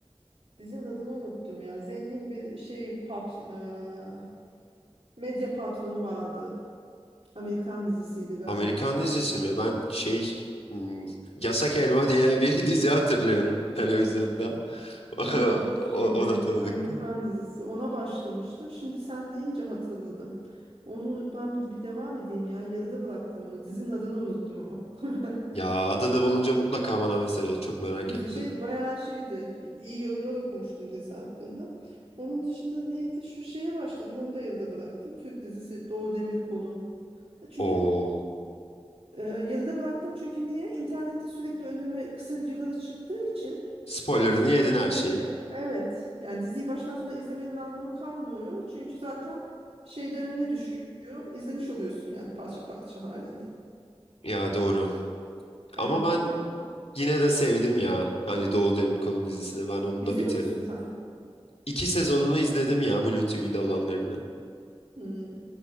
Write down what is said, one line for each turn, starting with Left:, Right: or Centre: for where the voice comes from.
Right: dizinin adını unuttum ya. Zengin bir şey pat e, medya patronu vardı. Amerikan dizisiydi galiba.
Left: Amerikan dizisi mi? Ben şey hmm, Yasak Elma diye bir <laughs> dizi hatırlıyorum televizyonda. <laughs>
Right: Yok şeyde
Left: O, o da tanıdık.
Right: Amerikan
Left: geldi.
Right: dizisi ona başlamıştım. Şimdi sen deyince hatırladım. Onu ben bir devam edeyim ya. Yarıda bıraktım onu. Dizinin adını unuttum ama. <laughs>
Left: Ya adını bulunca mutlaka bana mesaj at. Çok merak
Right: Güzel
Left: ettim.
Right: şeydi bayağı şeydi. İyi yorumlar okumuştum dizi hakkında. Onun dışında neydi? Şu şeye başladım. Onu da yarıda bıraktım. Türk dizisi Doğu Demirkol'un. Çünkü
Left: O
Right: e, yarıda bıraktım çünkü niye? İnternette sürekli önüme kısa videoları çıktığı için
Left: spoilerını
Right: Diziyi
Left: yedin her
Right: izlemenin
Left: şeyin.
Right: ya- evet yani diziyi baştan sona izlemenin anlamı kalmıyor. Çünkü zaten şeyde önüne düşüyor. İzlemiş oluyorsun yani parça parça halinde.
Left: Ya doğru.
Right: Evet.
Left: Ama ben yine de sevdim ya. Hani Doğu Demirkol'un dizisini ben onu
Right: İzliyor
Left: da bitirdim.
Right: musun sen?
Left: İki sezonunu izledim ya Blue TV'de olanlarını.
Right: Hmm.